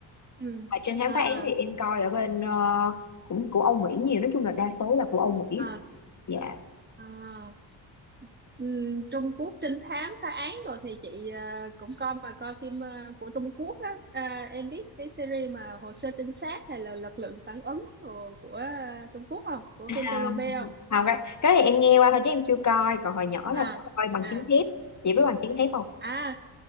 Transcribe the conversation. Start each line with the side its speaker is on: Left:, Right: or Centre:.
Right: ừ
Left: và trinh thám
Right: à
Left: phá án
Right: à
Left: thì em coi ở bên ờ, cũng của Âu Mỹ nhiều nói chung là đa số là của Âu Mỹ
Right: à
Left: dạ
Right: à Ừm, Trung Quốc trinh thám phá án rồi thì chị ờ, cũng coi mà coi phim ờ, của Trung Quốc á à, em biết cái series mà Hồ sơ trinh sát hay là Lực lượng phản ứng của, của ờ, Trung Quốc không của
Left: không
Right: phim TVB không
Left: không cái, cái này em nghe qua thôi chứ em chưa coi còn hồi nhỏ
Right: à
Left: là coi bằng
Right: à
Left: chứng thép chị biết bằng chứng thép không
Right: à